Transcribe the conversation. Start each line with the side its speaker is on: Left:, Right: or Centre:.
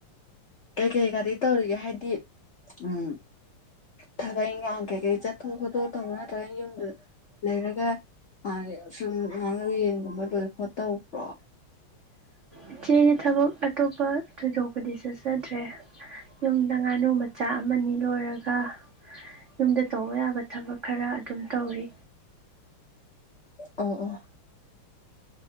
Left: ꯀꯩ ꯀꯩ ꯒꯥꯔꯤ ꯇꯧꯔꯤꯒꯦ ꯍꯥꯏꯗꯤ ꯎꯝ ꯊꯕꯛ ꯏꯟꯈꯥꯡ ꯀꯩ ꯀꯩ ꯆꯠꯊꯣꯛ ꯈꯣꯠꯇꯣꯛ ꯇꯧꯕ ꯅꯠꯇ꯭ꯔꯒ ꯌꯨꯝꯗꯨ ꯂꯩꯔꯒ ꯑꯗꯩ ꯑ ꯁꯨꯝ ꯉꯥꯅꯨ ꯌꯦꯟꯒꯨꯝꯕ ꯂꯣꯏ ꯈꯣꯠ ꯇꯧꯕ꯭ꯔꯣ
Right: ꯏꯆꯦ ꯑꯩꯗꯤ ꯊꯕꯛ ꯑꯇꯣꯞꯄ ꯊꯣꯏꯗꯣꯛꯄꯗꯤ ꯆꯠꯆꯗ꯭ꯔꯦ ꯌꯨꯝꯗ ꯉꯥꯅꯨ ꯃꯆꯥ ꯑꯃꯅꯤ ꯂꯣꯏꯔꯒ ꯌꯨꯝꯗ ꯇꯧꯕ ꯌꯥꯕ ꯊꯕꯛ ꯈꯔ ꯑꯗꯨꯝ ꯇꯧꯔꯤ
Left: ꯑꯣ ꯑꯣ